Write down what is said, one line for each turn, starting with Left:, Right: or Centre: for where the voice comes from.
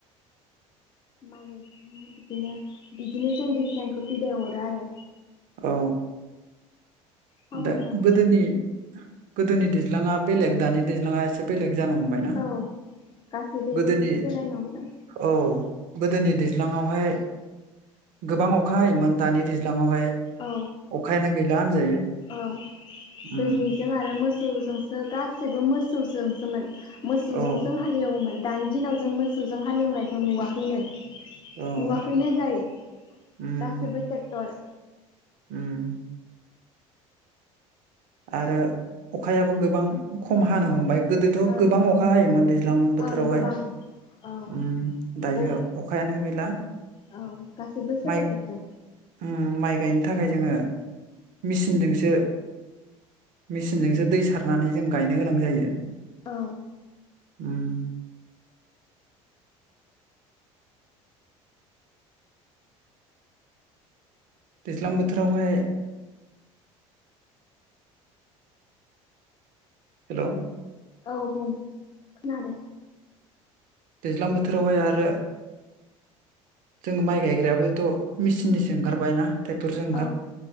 Left: माइ गायखांना बिदिनो बिदिनो जों दैज्लांखौ बिदाय हरो आरो।
Right: औ।
Left: सावनबा
Right: दा गोदोनि गोदोनि दैज्लाङा बेलेग, दानि दैज्लाङा एसे बेलेग जानो हमबायना
Left: औ गासैबो
Right: गोदोनि
Left: एसे एसे सोलायनो हमदों।
Right: औ गोदोनि दैज्लाङावहाय गोबां अखा हायोमोन, दानि दैज्लाङावहाय
Left: औ
Right: अखायानो गैला होनजायो
Left: औ गोदोनिजों
Right: उम
Left: आरो मोस जोंसो गासैबो मोसौजोंसोमोन। मोसौजोंसो
Right: औ
Left: हालेवोमोन। दानि दिनाव जों मोसौजों हालेवनायखौ नुवाखैनो। नुवाखैनो
Right: औ
Left: जायो
Right: उम
Left: गासैबो ट्रेक्टर
Right: उम आरो अखायाबो गोबां खम हानो हमबाय। गोदोथ
Left: ओं
Right: गोबां अखा हायोमोन दैज्लां बोथोरावहाय
Left: ओं गोबां औ
Right: उम
Left: नंगौ
Right: दायो अखायानो गैला
Left: औ गासैबो सोलायजोबदों
Right: माइ उम माइ गायनो। थाखाय जोंङो मेसिनजोंसो मेसिनजोंसो दै सारनानै जों गायनो गोनां जायो।
Left: औ
Right: उम दैज्लां बोथोरावहाय हेलौ
Left: औ बुं खोनादों
Right: दैज्लां बोथोरावहाय आरो जोंङो माइ गायग्रायाबोथ मेचिननिसो ओंखारबाय ना। ट्रेक्टरजों
Left: औ